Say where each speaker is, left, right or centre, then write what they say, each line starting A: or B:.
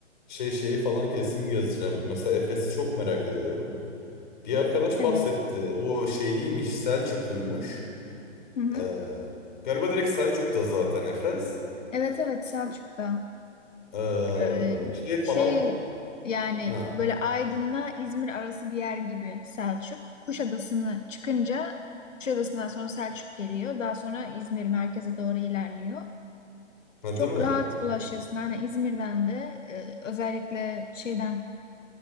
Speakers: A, on the left (about 40°); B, on the left (about 75°).
A: Şey şeyi falan kesin gezeceğim. Mesela Efes'i çok merak ediyorum. Bir arkadaş
B: Evet.
A: bahsetti. O şeyliymiş, Selçukluymuş.
B: Hı hı.
A: Ee, galiba direkt Selçuk'ta zaten Efes.
B: Evet evet Selçuk'ta.
A: Ee,
B: Ee,
A: şey
B: şey
A: falan...
B: yani
A: Ha,
B: böyle Aydın'la İzmir arası bir yer gibi Selçuk. Kuşadası'nı çıkınca Kuşadası'ndan sonra Selçuk geliyor. Daha sonra İzmir merkeze doğru ilerliyor.
A: ha
B: Çok
A: değil mi?
B: rahat ulaşırsın. Hani İzmir'den de e, özellikle şeyden